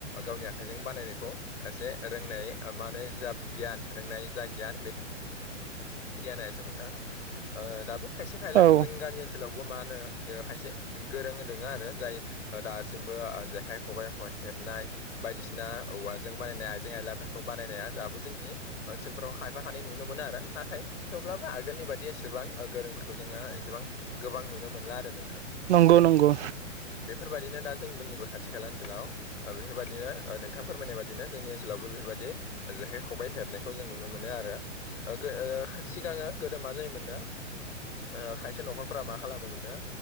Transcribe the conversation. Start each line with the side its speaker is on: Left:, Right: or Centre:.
Left: गावनि आखाइजों बानायनायखौ एसे रोंनाय मा होने जा गियान रोंनाय जा गियान बे गियाना एसे नोंथाङा दाबो खायसे खायला
Right: औ
Left: जों गामि ओनसोलाव मा होनो ओ खायसे गोरों नोङा आरो जाय दासिमबो जेखाय खबाइ ह नाय बायदिसिना औवाजों बानायनाय आइें आइला फोरखौ बानायनाया दाबो जोंनि ओनसोलफोराव खायफा खानाय नुनो मोनो आरो नाथाय थेवब्लाबो आगोलनि बाददि एसेबां गोरोंफोरखौ जोङो एसेबां गोबां नुनो मोनला आरो नों
Right: नंगौ नंगौ
Left: बेफोरबायाददिनो दा जोंबोनिबो खाथि खाला ओनसोलाव बेफोरबायदिनो नोंथां फोरमायनाय बादिनो जोंनि ओनोलावबो बेफोरबायदिनो जेखाय खबाय हेबनायखौ जों नुनो मोनो आरो ओ सिगाङो गोदो मा जायोमोन नो खायसे न'खरफोरा मा खालामो मोननो